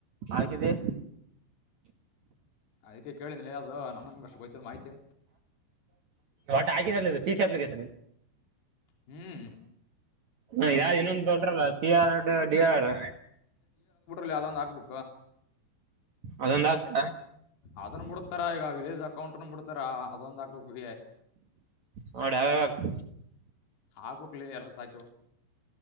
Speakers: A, on the right; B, on the left.
A: ಹಾಗಿದೆ
B: ಯದಕೆ ಕೇಳಿದಿಲ್ಲ ಯಾವ್ದದು ನಗೆ ಅಷ್ಟು ಬಯ್ದರು ಮಾಹಿತಿ
A: ಆಟ ಹಾಕಿದಲ್ಲ ಪ ಸಿ ಅಪ್ಲಿಕೇಶನ್
B: ಹ್ಮ್
A: ಹ ಯಾವ್ದ ಇನ್ನೊಂದು ದೊಡ್ಡ್ರಲ್ಲ ಸಿ ಆರ್ ಡಿ ಆರ್
B: ಲಯಾದ ಅ ಆ ಬು
A: ಅದೊಂದ್ ಹಾಕ್ತ
B: ಅದನ್ನು ಬಿಡತಾರ ಈಗ ವಿಲೇಜ್ ಅಕೌಂಟ್ ಬಿಡ ಇದರ ಅದೊಂದಾಗಿಗ್ವೇ
A: ನೋಡ ಅವ ಆಗ್ತ
B: ಹಾಕ್ಬೇಕ್ಲಿ ಎಲ್ಲ ಸಾ